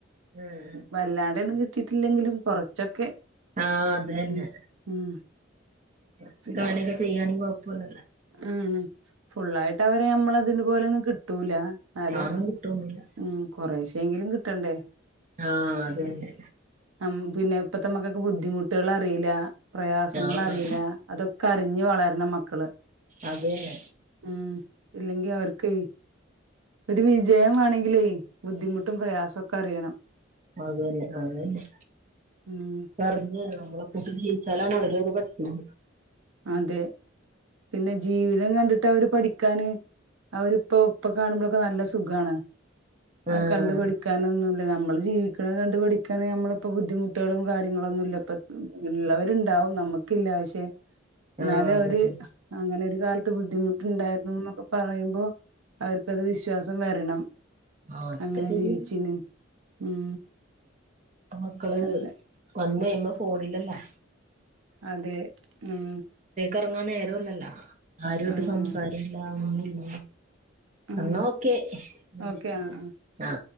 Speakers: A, on the right; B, on the right.
A: ആഹ്
B: വല്ലാണ്ടെന്നും കിട്ടിയിട്ടില്ലെങ്കിലും കൊറച്ചൊക്കെ
A: ആഹ അതന്നെ.
B: ഉം ഉം
A: കുറച്ച്
B: പിന്നെ
A: കാര്യക്കെ ചെയ്യാണങ്കി കൊഴപ്പോല്ല.
B: ഉം ഫുള്ളായിട്ട് അവരെ നമ്മള അതിന് പോലെന്നും കിട്ടൂല. എന്നാലും
A: അതൊന്നും കിട്ടൊന്നുല്ല
B: ഉ കൊറേശെങ്കിലും കിട്ടണ്ടേ.
A: ആഹ അതതന്നെ.
B: ഉം പിന്നെ ഇപ്പത്തെമക്കക്ക് ബുദ്ധിമുട്ടു കള്അറീല്ല പ്രയാസങ്ങള്അറീല്ല
A: ആഹ്
B: അതൊക്കെ അറിഞ്ഞ് വളർ ന്ന മക്കള്.
A: അതെന്നെ.
B: ഉം ഇല്ലെങ്കി അവർക്ക് ഒരു വിജയം വണെങ്കിലേ ബുദ്ധിമുട്ടും പ്രയാസൊക്കെ അറ്യോണം.
A: അത് തന്നെ അത തന്നെ
B: ഉം
A: പറഞ്ഞ നമ്മളെക്കെ ജീവിച്ച ന്നലാണ് അവര് അത് പഠിക്കോള്ളു.
B: അതെ പിന്നെ ജീവിതം കണ്ടിട്ട് ഇ അവര് പഠിക്കാന് അവരിപ്പോ ഇപ്പൊ കാണുമ്പോഴൊക്കെ നല്ല സുഖമാണ്. ആ
A: ആഹ്
B: കണ്ടുപടിക്കാനൊന്നും നമ്മള് ജീവിക്കുന്നത് കണ്ടുപഠിക്കാന് നമ്മളിപ്പോ ബുദ്ധിമുട്ടുകളും കാര്യങ്ങളൊന്നുംല്ല ഇപ്പ ഉള്ളവരുണ്ടാവ നമുക്കില്ല പക്ഷെ എന്നാല്
A: ആഹ് അതന്നെ
B: അവര് അങ്ങനെ ഒര് കാലത്ത് ബുദ്ധിമുട്ടുണ്ടായിരുന്നു എന്നൊക്കെ പറയുമ്പോ അവർക്കത് വിശ്വാസം വരണം.
A: ആഹ് അതൊക്കെ
B: അങ്ങനെ
A: ശരിയാ
B: ജീവി ചീന് ഉം
A: മക്കള്
B: അല്ല
A: വന്ന്കെയ്യുമ്പോ ഫോണിലല്ലേ?
B: അതെ ഉം.
A: ഇറങ്ങാൻ നേരോല്ലല്ലോ ആരോട്ട്
B: ആഹ്
A: സംസാരോല്ല ഒന്നൂല്ല
B: ആഹ്
A: ന്നാഅ ഓ ക്കെന്നാ
B: ഓക്കെ
A: ശെരിയാ
B: ആഹ്
A: ആ